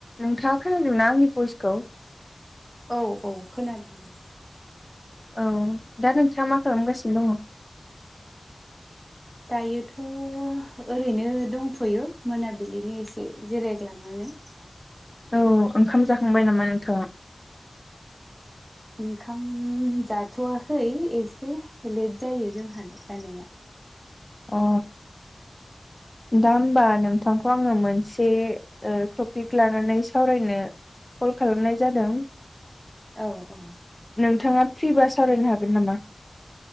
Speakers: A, on the left (about 25°); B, on the right (about 15°).
A: नोंथाङा खोनादोंना आंनि भइसखौ?
B: औ औ खोनादों दे।
A: औ दा नोंथाङा मा खालामगासिनो दङ?
B: दायोथ' ओरैनो दंथ'यो मोनाबिलिनि एसे जिरायग्लांनानै।
A: औ ओंखाम जाखांबाय नामा नोंथाङा?
B: ओंखाम जाथ'वाखै एसे लेट जायो जोंहानो जानाया।
A: अ दा होमबा नोंथांखौ आङो मोनसे ओ टपिक लानानै सावरायनो कल खालामनाय जादों।
B: औ औ।
A: नोंथाङा फ्रि बा सावरायनो हागोन नामा?